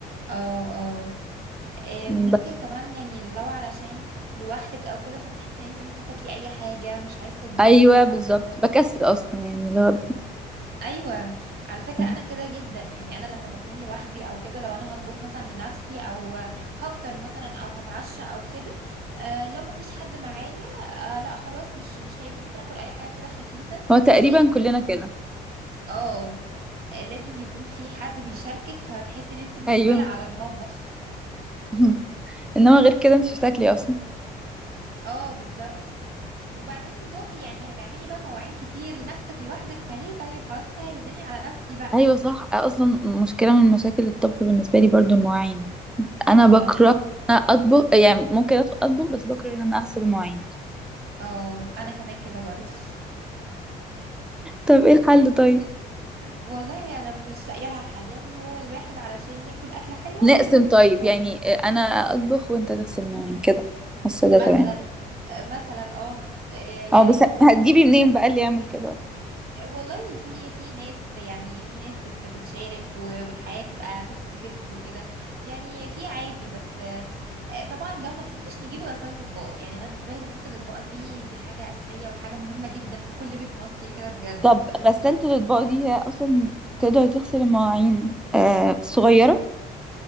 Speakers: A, on the right (about 65°); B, in the centre.
A: اه اه إيه،
B: بس.
A: ممكن كمان يعني لو علشان لوحدك او كده فبتحسي ان انت ممكن تاكلي اي حاجه مش عايز تطبخي
B: ايوه
A: او
B: بالظبط
A: كده
B: بكسل اصلا يعني لو
A: ايوه على فكره
B: مم.
A: انا كده جدا يعني انا لما بكون لوحدي او كده لو انا هطبخ مثلا لنفسي او هفطر مثلا او هتعشى او كده آه لو ما فيش حد معايا آه لا خلاص مش مش هيكون ممكن اكل اي حاجه كده خفيفه
B: هو تقريبا
A: مش لازم
B: كلنا كده
A: اه آه، لازم يكون في حد بيشاركك فهتحسي ان انت مقبله
B: ايوه
A: على المطبخ
B: <laughs> انما غير كده انت بتاكلي اصلا
A: اه بالظبط وبعدين بتقفي يعني هتعملي بقى مواعين كتير لنفسك لوحدك فليه طيب خلاص اسهل الدنيا على نفسي بقى
B: ايوه صح اصلا مشكله من مشاكل الطبخ بالنسبه لي برضو المواعين انا
A: اه
B: بكره إن انا اطبخ يعني ممكن أدخل اطبخ بس بكره ان انا اغسل المواعين
A: اه انا كمان كده برضو
B: طب ايه الحل
A: <laughs>
B: طيب
A: والله انا مش لاقيه لها حل يعني هو الواحد علشان ياكل اكله حلوه
B: نقسم
A: لازم يكون
B: طيب
A: في موضوع
B: يعني انا اطبخ وانت تغسل المواعين كده حاسه ده
A: مثلا
B: تمام
A: مثلا اه آه، يا
B: اه بس
A: ريت والله
B: هتجيبي منين بقى اللي يعمل كده بقى؟
A: والله في في ناس يعني في ناس بت بتشارك و- والحياة بتبقى 50 50 كده يعني في عادي بس آه، طبعا لو ما فيش نجيب غسالة اطباق يعني انا بالنسبة لي غسالة الاطباق دي دي حاجة أساسية وحاجة مهمة جدا في كل بيت مصري كده بجد
B: طب غسالة الاطباق دي هي اصلا تقدر تغسل المواعين آه صغيره